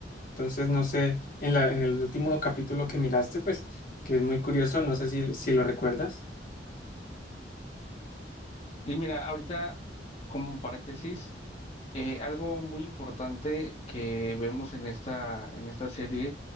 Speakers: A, on the left (about 50°); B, on the left (about 35°).
A: Entonces, no sé, en la, en el último capítulo que miraste, pues, que es muy curioso, no sé si, si lo recuerdas.
B: Y mira, ahorita como paréntesis. Eh, algo muy importante que vemos en esta, en esta serie